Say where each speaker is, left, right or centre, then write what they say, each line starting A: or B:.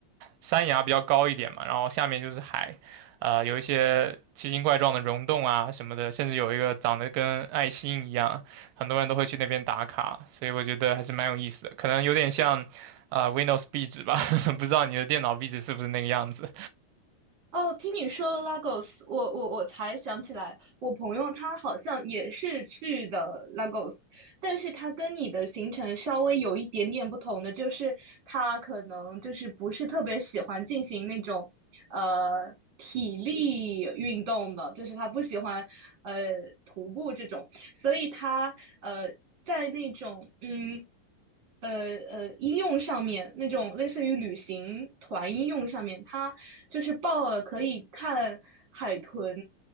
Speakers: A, on the right; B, on the right.
A: 山崖比较高一点嘛，然后下面就是海，呃，有一些奇形怪状的溶洞啊什么的，甚至有一个长得跟爱心一样，很多人都会去那边打卡，所以我觉得还是蛮有意思的，可能有点像。啊、w i n d o w s 壁纸吧，<laughs> 不知道你的电脑壁纸是不是那个样子
B: 哦，听你说 Lagos，我我我才想起来，我朋友他好像也是去的 Lagos，但是他跟你的行程稍微有一点点不同的，就是他可能就是不是特别喜欢进行那种呃体力运动的，就是他不喜欢呃徒步这种，所以他呃在那种嗯呃呃应用上面那种类似于旅行团应用上面，它就是报了可以看海豚